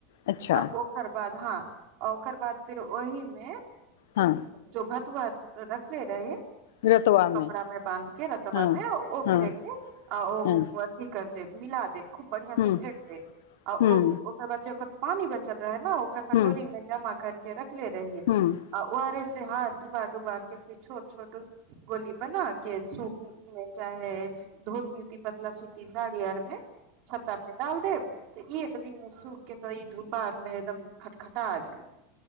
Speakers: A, on the left; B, on the right.
A: अच्छा
B: आ ओकर बाद हाँ ओकर बाद फिर ओहिमे अ
A: हँ
B: जो भातुआ रख ले रहे
A: रतुआमे
B: कपड़ा मे बान्ध के रतबा
A: हँ
B: मे ओकरे
A: हँ
B: के <unintelligible>
A: हँ
B: कर दे मिला देब खूब बढ़ियां से
A: हूँ
B: फेट दे आ ओ
A: हूँ
B: ओकर बाद जे ओकर पानी बचल रहै न ओकरा कटोरी
A: हूँ
B: मे जमा कर <unintelligible> ले रहियै
A: हूँ
B: ओ आर एस हाथ डुबा-डुबाकेँ फेर छोट छोट गोली बना केँ सूप चाहे धोकेँ पतला सुती सा सारी आरमे छत्ता पे डाल देब तऽ एक दिन सूखकेँ। तऽ ई धूपा आरमे एकदम खटखटा जाएत।